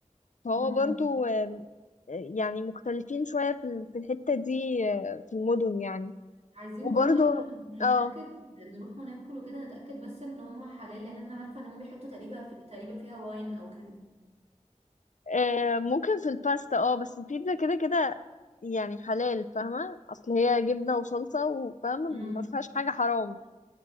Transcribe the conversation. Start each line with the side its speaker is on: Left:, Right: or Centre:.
Left: فهو
Right: امم
Left: برضو آم، آه، يعني مختلفين شوية في ال- في الحتة دي آه، في المدن يعني
Right: عايزين
Left: وبرضو
Right: برضو قبل ما
Left: اه
Right: نتأكد نروح وناكل وكده نتأكد بس ان هم حلال لان انا عارفة ان هم بيحطوا تقريبا في... تقريبا فيها واين او كده
Left: آه، ممكن في الباستا اه بس البيتزا كده كده يعني حلال فاهمة اصل هي جبنة وصلصة وفاهمة
Right: امم
Left: ما فيهاش حاجة حرام